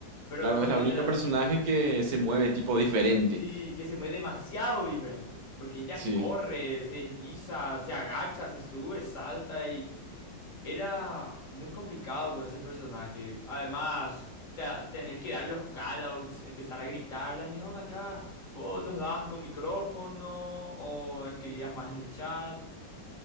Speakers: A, on the left; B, on the right.
A: Pero
B: Claro,
A: con
B: es la
A: Neon
B: única
A: era,
B: personaje que se mueve tipo diferente.
A: sí, que se mueve demasiado diferente porque ella
B: Sí.
A: corre, se desliza, se agacha, se sube, salta y... Era muy complicado con ese personaje. Además, te- tener que dar los callouts, empezar a gritar, la neón acá, vos los dabas con micrófono o escribías más en el chat.